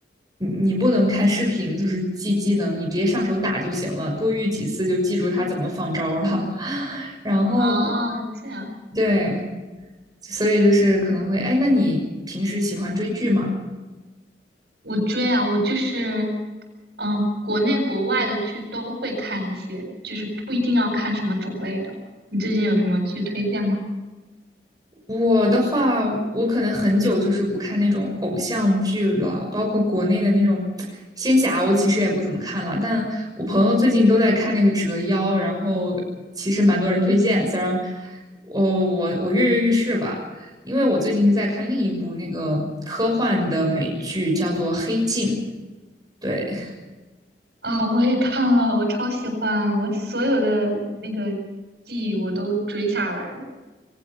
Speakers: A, on the right; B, on the right.
A: 你你不能看视频，就是记技能，你直接上手打就行了，多遇几次就记住他怎么放招儿了。<laughs> 然后
B: 啊，这样，
A: 对，所以就是可能会，哎，那你平时喜欢追剧吗？
B: 我追啊，我就是，嗯，国内国外的剧都会看一些，就是不一定要看什么种类的。你最近有什么剧推荐吗？
A: 我的话，我可能很久就是不看那种偶像剧了，包括国内的那种仙侠，我其实也不怎么看了。但我朋友最近都在看那个《折腰》，然后其实蛮多人推荐，虽然我我我跃跃欲试吧，因为我最近在看另一部那个科幻的美剧，叫做《黑镜》。对，
B: 啊，我也看了，我超喜欢，我所有的那个剧我都追下来了。